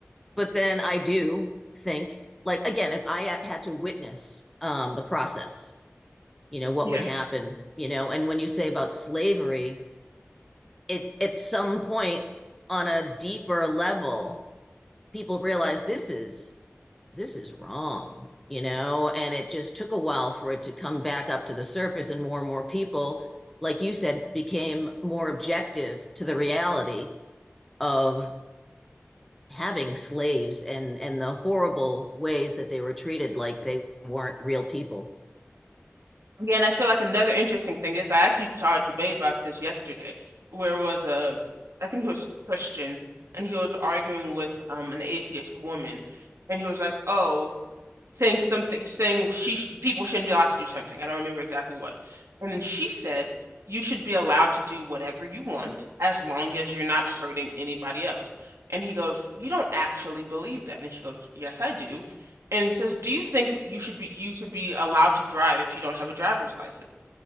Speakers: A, in the centre; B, on the right.
A: But then I do think, like, again, if I had to witness um, the process, you know, what
B: yeah.
A: would happen, you know, and when you say about slavery, it's at some point on a deeper level, people realize this is this is wrong, you know, and it just took a while for it to come back up to the surface and more and more people, like you said, became more objective to the reality of having slaves and and the horrible ways that they were treated like they weren't real people.
B: Yeah, and I feel like another interesting thing is I actually saw a debate about this yesterday, where it was a, I think he was Christian, and he was arguing with um an atheist woman, and he was like, "Oh, saying something, saying she sh people shouldn't be allowed to do something. I don't remember exactly what. And then she said, "You should be allowed to do whatever you want as long as you're not hurting anybody else." And he goes, "You don't actually believe that." And she goes, "Yes, I do." And he says, "Do you think you should be you should be allowed to drive if you don't have a driver's license?"